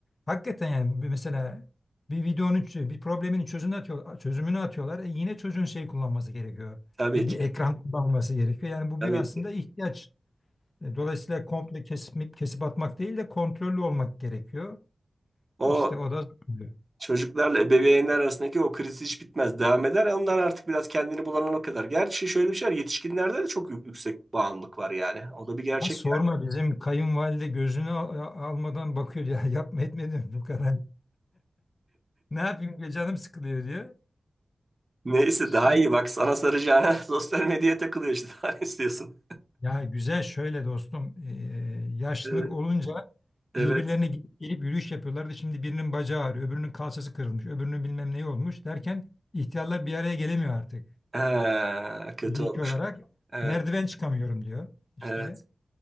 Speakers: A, on the left; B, on the right.
A: Hakikaten yani bir- mesela bir videonun ç- bir problemin çözümünü atıyor, çözümünü atıyorlar. E yine çocuğun şey kullanması gerekiyor.
B: Tabii
A: E
B: ki,
A: bir ekran kullanması gerekiyor. Yani bu
B: tabii
A: bir aslında
B: ki.
A: ihtiyaç. E, Dolayısıyla komple kesip, kesip atmak değil de kontrollü olmak gerekiyor.
B: O
A: İşte o da zorluyor.
B: çocuklarla ebeveynler arasındaki o kriz hiç bitmez, devam eder. Onlar artık biraz kendini bulana kadar. Gerçi şöyle bir şey var, yetişkinlerde de çok yük- yüksek bağımlılık var yani. O da bir gerçek.
A: Ha, sorma bizim kayınvalide gözünü al- a- almadan bakıyor ya <laughs> yapma etmedim bu kadar. <laughs> Ne yapayım be, canım sıkılıyor diyor.
B: Neyse
A: Şimdi,
B: daha iyi bak sana saracağına <laughs> sosyal medyaya takılıyor işte. <laughs> Daha ne istiyorsun?
A: ya güzel şöyle dostum e, yaşlılık
B: Evet.
A: olunca
B: evet.
A: birbirlerine gidip gelip yürüyüş yapıyorlardı. Şimdi birinin bacağı ağrıyor, öbürünün kalçası kırılmış, öbürünün bilmem neyi olmuş derken ihtiyarlar bir araya gelemiyor artık.
B: Ha, kötü
A: Fiziki
B: olmuş.
A: olarak
B: Evet,
A: merdiven çıkamıyorum diyor. İşte
B: evet.